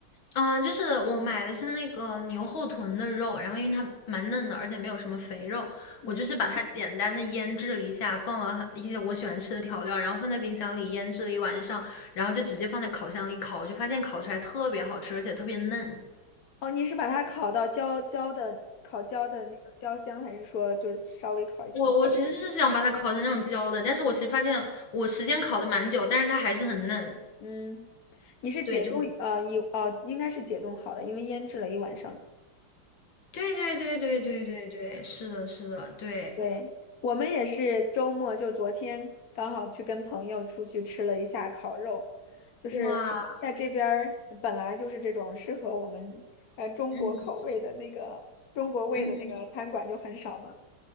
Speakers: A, on the left (about 70°); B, on the left (about 50°).
A: 嗯，就是我买的是那个牛后臀的肉，然后因为它蛮嫩的，而且没有什么肥肉，
B: 嗯，
A: 我就是把它简单的腌制了一下，放了很一些我喜欢吃的调料，然后放在冰箱里腌制了一晚上，然后就直接放在烤箱里烤，就发现烤出来特别好吃，而且特别嫩。
B: 哦，你是把它烤到焦焦的，烤焦的那个焦香，还是说就是稍微烤一下？
A: 我我其实是想把它烤成那种焦的，但是我其实发现我时间烤的蛮久，但是它还是很嫩。
B: 嗯，你是解冻，
A: 对，就
B: 呃，一，哦，应该是解冻好的，因为腌制了一晚上。
A: 对对对对对对对，是的，是的，对，
B: 对，我们也是周末，就昨天刚好去跟朋友出去吃了一下烤肉，就是在这边儿本来就是这种适合我们呃中国口味的那个中国味的那个餐馆就很少嘛，
A: 哇，嗯嗯